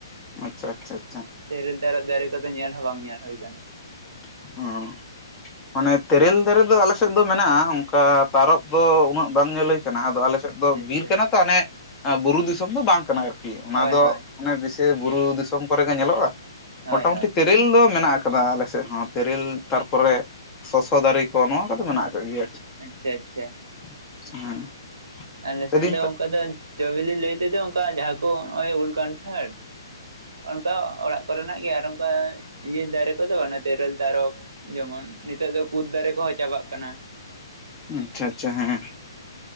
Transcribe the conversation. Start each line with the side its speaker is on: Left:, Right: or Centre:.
Left: ᱟᱪᱷᱟ ᱟᱪᱷᱟ ᱟᱪᱷᱟ
Right: ᱛᱮᱨᱮᱞ ᱛᱟᱨᱚᱵ ᱫᱟᱨᱮ ᱠᱚᱫᱚ ᱧᱮᱞ ᱦᱚᱸ ᱵᱟᱝ ᱧᱮᱞ ᱦᱩᱭ ᱟᱠᱟᱱᱟ
Left: <unintelligible> ᱢᱟᱱᱮ ᱛᱮᱨᱮᱞ ᱫᱟᱨᱮ ᱫᱚ ᱟᱞᱮᱥᱮᱫ ᱫᱚ ᱢᱮᱱᱟᱜᱼᱟ ᱚᱱᱠᱟ ᱛᱟᱨᱚᱵ ᱫᱚ ᱩᱱᱟᱹᱜ ᱵᱟᱝ ᱧᱮᱞ <unintelligible> <unintelligible> ᱟᱫᱚ ᱟᱞᱮ ᱥᱮᱫ
Right: ᱟᱪᱪᱷᱟ
Left: ᱫᱚ ᱵᱤᱨ
Right: ᱟᱪᱪᱷᱟ
Left: ᱠᱟᱱᱟ ᱛᱚ ᱚᱱᱮ ᱵᱩᱨᱩ ᱫᱤᱥᱚᱢ ᱫᱚ ᱵᱟᱝ ᱠᱟᱱᱟ ᱟᱨᱠᱤ ᱚᱱᱟ
Right: ᱦᱳᱭ
Left: ᱫᱚ
Right: ᱦᱳᱭ
Left: ᱚᱱᱮ ᱵᱮᱥᱤ ᱵᱩᱨᱩ ᱫᱤᱥᱚᱢ ᱠᱚᱨᱮ ᱜᱮ ᱧᱮᱞᱚᱜᱼᱟ
Right: ᱦᱳᱭ
Left: ᱢᱚᱴᱟᱢᱩᱴᱤ
Right: ᱦᱳᱭ
Left: ᱛᱮᱨᱮᱞ ᱫᱚ ᱢᱮᱱᱟᱜ ᱟᱠᱟᱫᱟ ᱟᱞᱮᱥᱮᱫ ᱦᱚᱸ ᱛᱮᱨᱮᱞ ᱛᱟᱨᱯᱚᱨᱮ ᱥᱚᱥᱚ ᱫᱟᱨᱮ ᱠᱚ ᱱᱚᱣᱟ ᱠᱚᱫᱚ ᱢᱮᱱᱟᱜ ᱟᱠᱟᱫ ᱜᱮᱭᱟ
Right: ᱟᱪᱷᱟ ᱟᱪᱷᱟ
Left: <inaudible> ᱦᱮᱸ
Right: ᱟᱞᱮ
Left: ᱞᱟᱹᱭᱫᱟᱹᱧ
Right: ᱥᱮᱱ ᱫᱚ ᱚᱱᱠᱟ ᱫᱚ ᱡᱚ ᱵᱤᱞᱤ ᱞᱟᱹᱭ ᱛᱮᱫᱚ ᱚᱱᱠᱟ ᱡᱟᱦᱟᱸ ᱠᱚ <unintelligible> ᱩᱞ ᱠᱟᱱᱴᱷᱟᱲ ᱚᱱᱠᱟ ᱚᱲᱟᱜ ᱠᱚᱨᱮᱱᱟᱜ ᱜᱮ ᱟᱨ ᱚᱱᱠᱟ ᱤᱭᱟᱹ ᱫᱟᱨᱮ ᱠᱚᱫᱚ ᱵᱟᱹᱱᱩᱜ ᱛᱮᱨᱮᱞ ᱛᱟᱨᱚᱵ ᱡᱮᱢᱚᱱ ᱱᱤᱛᱚᱜ ᱫᱚ ᱠᱩᱫ ᱫᱟᱨᱮ ᱠᱚᱦᱚᱸ ᱪᱟᱵᱟᱜ ᱠᱟᱱᱟ
Left: ᱟᱪᱷᱟ ᱟᱪᱷᱟ ᱦᱮᱸ